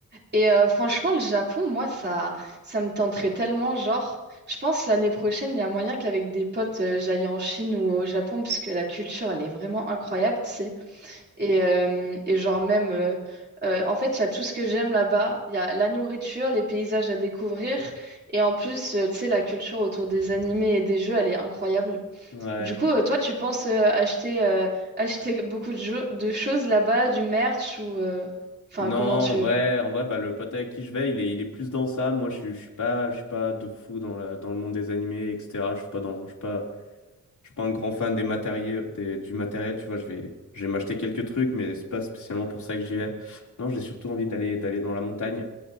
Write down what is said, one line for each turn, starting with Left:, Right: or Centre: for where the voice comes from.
Right: Et euh, franchement, le Japon, moi, ça, ça me tenterait tellement, genre, je pense l'année prochaine, il y a moyen qu'avec des potes, euh, j'aille en Chine ou au Japon, parce que la culture, elle est vraiment incroyable, tu sais. Et, euh, et genre même, euh, euh, en fait, il y a tout ce que j'aime là-bas. Il y a la nourriture, les paysages à découvrir. Et en plus, euh, tu sais, la culture autour des animés et des jeux, elle est incroyable.
Left: Ouais.
Right: Du coup, euh, toi, tu penses euh, acheter, euh, acheter <laughs> beaucoup de, jeux, de choses là-bas, du merch ou... euh, Enfin,
Left: Non,
Right: comment
Left: en
Right: tu...
Left: vrai, en vrai, bah le pote avec qui je vais, il est, il est plus dans ça. Moi, je suis, je suis pas, je suis pas de fou dans la, dans le monde des animés, etc. Je suis pas dans, je suis pas, je suis pas un grand fan des matériels, des, du matériel. Tu vois, je vais, je vais m'acheter quelques trucs, mais c'est pas spécialement pour ça que j'y vais. Non, j'ai surtout envie d'aller, d'aller dans la montagne.